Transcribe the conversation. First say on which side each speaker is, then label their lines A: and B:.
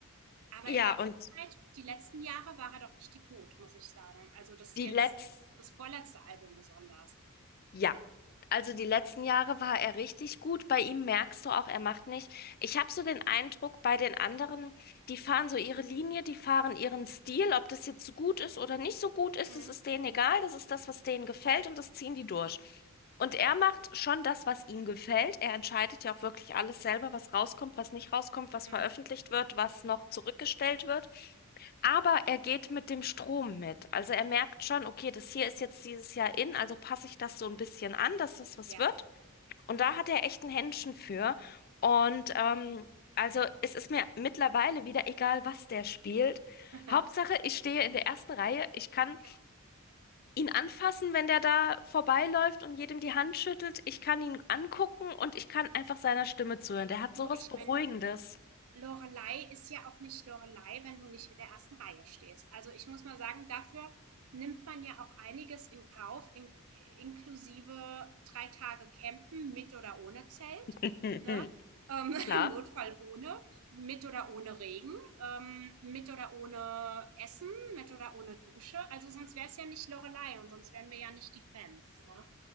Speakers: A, on the right; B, on the left.
A: aber
B: Ja,
A: in letzter
B: und
A: Zeit, die letzten Jahre war er doch richtig gut, muss ich sagen. Also das
B: die
A: jetzt,
B: letzten,
A: das vorletzte Album besonders.
B: ja, also die letzten Jahre war er richtig gut. Bei ihm merkst du auch, er macht nicht. Ich habe so den Eindruck, bei den anderen, die fahren so ihre Linie, die fahren ihren Stil, ob das jetzt so gut ist oder nicht so gut ist,
A: Mhm.
B: das ist denen egal, das ist das, was denen gefällt und das ziehen die durch. Und er macht schon das, was ihm gefällt. Er entscheidet ja auch wirklich alles selber, was rauskommt, was nicht rauskommt, was
A: Mhm.
B: veröffentlicht wird, was noch zurückgestellt wird. Aber er geht mit dem Strom mit. Also er merkt schon, okay, das hier ist jetzt dieses Jahr in, also passe ich das so ein bisschen an, dass das was
A: Ja.
B: wird. Und da hat er echt ein Händchen für. Und ähm, also es ist mir mittlerweile wieder egal, was der spielt.
A: <laughs>
B: Hauptsache, ich stehe in der ersten Reihe. Ich kann
A: Ja,
B: ihn anfassen, wenn der da vorbeiläuft und jedem die Hand schüttelt. Ich kann ihn angucken und ich kann einfach seiner Stimme zuhören. Der hat
A: du,
B: sowas
A: ich
B: Beruhigendes.
A: meine, Lorelei ist ja auch nicht Lorelei, wenn du nicht in der ersten Reihe stehst. Also ich muss mal sagen, dafür nimmt man ja auch einiges in Kauf, in, inklusive drei Tage Campen mit oder ohne Zelt,
B: <laughs>
A: ne? Ähm, <laughs>
B: Klar,
A: im Notfall ohne, mit oder ohne Regen, ähm, mit oder ohne Essen, mit oder ohne Dusche. Also sonst wäre es ja nicht Lorelei und sonst wären wir ja nicht die Fans, ne?